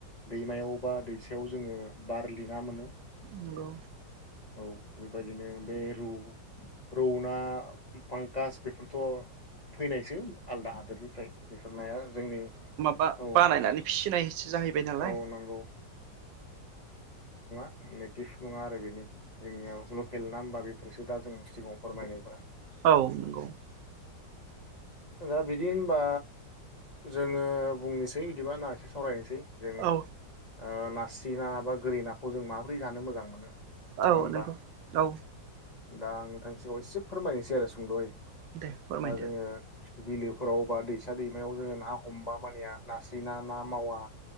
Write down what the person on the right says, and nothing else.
नंगौ।
बा
बानायनानै फिसिनायसो जाहैबाय नालाय।
औ नंगौ
औ
औ
नंगौ औ
दे फोरमायदो